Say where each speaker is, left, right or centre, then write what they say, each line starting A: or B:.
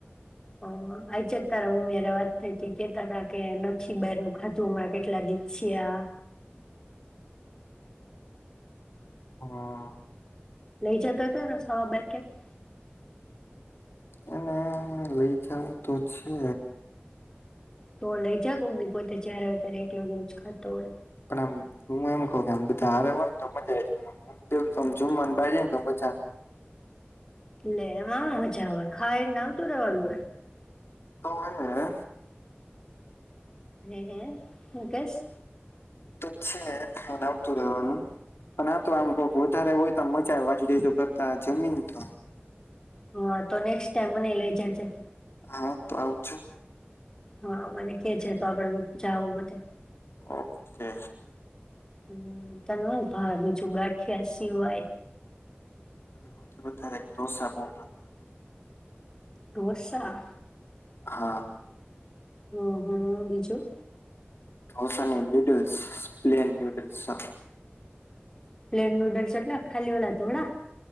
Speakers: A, on the left; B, on the left.
A: હ હ, આજે જ તારા મમ્મી હારે વાત થઈતી. કેતાતા કે નથી બારનું ખાધું હમણાં કેટલા દી થ્યા.
B: હા.
A: લઈ જાતા તા ને સવ બાર ક્યાંક?
B: એને લઈ જાવું તો છે.
A: તો લઈ જા કોક દી પોતે જ્યારે હોય ત્યારે એકલો એકલો જ ખાતો હોય.
B: પણ આમ હું એમ કઉ કે અમ બધા હારે હોય ન તો મજા <unintelligible> જમવામ <inaudible> જમવા ન બાર જાય ન તો મજા
A: લે એમાં હૂ મજા આવે, ખાઈ ને આવતું રેવાનું હોય.
B: તો હેને હે.
A: હે, હે, હૂ કેસ?
B: તો છે ને, ખાયને આવતું રહેવાનું. પણ આ તો આમ કોક વધારે હોય આમ મજા આવે વાતુચીતું કરતા જમીન તો.
A: હા તો, નેક્સ્ટ ટાઈમ મને ય લઈ જાજે.
B: હા તો, આવજો.
A: હા, મને કે જે તો, આપડે બ જાાવું બધે.
B: ઓકે.
A: હમ્મ, તને હૂ ભાવે બીજું ગાંઠિયા સિવાય?
B: મને હવથી વધારે એક દોસા બોવ ભા.
A: ઢોસા?
B: હા.
A: હમ્મ, હમ્મ, બીજું?
B: ધોસા ને ન્યૂડલ્સ. પ્લેન ન્યૂડલ્સ આ.
A: પ્લેન નૂડલ્સ એટલે ખાલી ઓલા ધોળા?